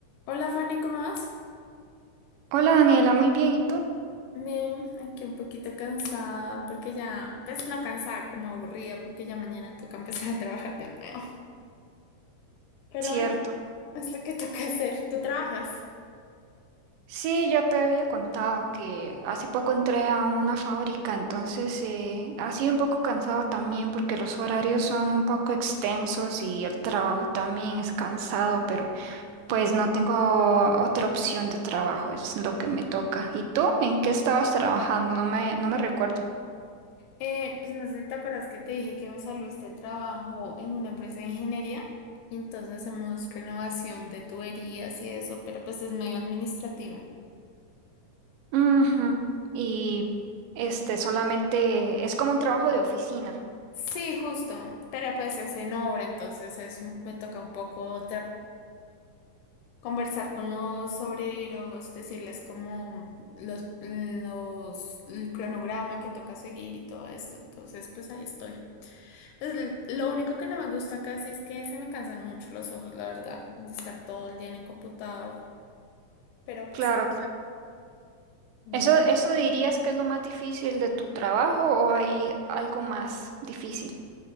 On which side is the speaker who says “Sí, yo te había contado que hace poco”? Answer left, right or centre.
Right